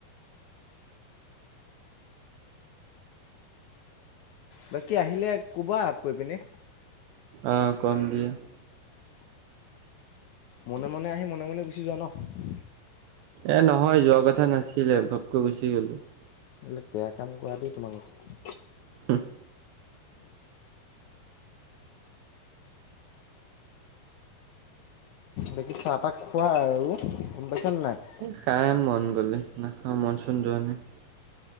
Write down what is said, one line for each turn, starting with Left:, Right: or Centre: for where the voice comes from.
Left: বাকী আহিলে ক'বা আকৌ এইপিনে? <unintelligible>
Right: অঁ! কম দিয়া। <unintelligible>
Left: মনে-মনে আহি, মনে-মনে গুচি যোৱা ন? <unintelligible>
Right: এ নহয় যোৱা কথা নাছিলে ঘপকৈ গুচি গলোঁ। <unintelligible>
Left: এইবিলাক বেয়া কাম কৰা দেই তোমালোকে। <inaudible>
Right: হা <unintelligible>
Left: বাকী চাহ-তাহ খোৱা আৰু গম পাইছানে নাই? <unintelligible>
Right: খাম মন গ'লে, নাখাওঁ মন-চন যোৱা নাই। <unintelligible>